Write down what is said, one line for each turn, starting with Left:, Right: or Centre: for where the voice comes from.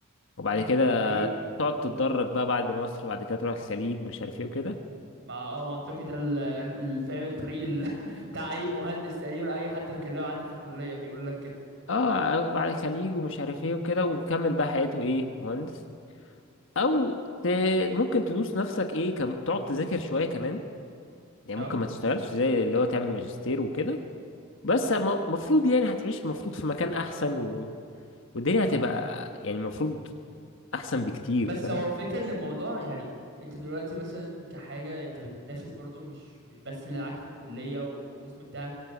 Left: وبعد
Right: امم
Left: كده
Right: حقيقي
Left: تقعد تتدرج بقى بعد مصر وبعد كده تروح الخليج ومش عارف ايه وكده
Right: مع اه منطقي ده ال- ال- فاهم الطريق ال... <laughs> بتاع اي مهندس تقريبا اي حد بكلمه عندي في الكلية بيقول لك كده
Left: اه بعد الخليج ومش عارف ايه وكده وكمل بقى حياته ايه مهندس او ت... ممكن تدوس نفسك ايه كم... تقعد تذاكر شويه كمان يعني
Right: اه
Left: ممكن ما تشتغلش زي اللي هو تعمل ماجستير وكده بس المفروض يعني هتعيش المفروض في مكان احسن و... والدنيا هتبقى يعني المفروض احسن بكتير
Right: بس
Left: فاهم
Right: هو فكر للموضوع يعني انت دلوقتي مثلا كحاجة انت بتنافس برضو مش مش بس اللي معاك في الكلية والقسم بتاعك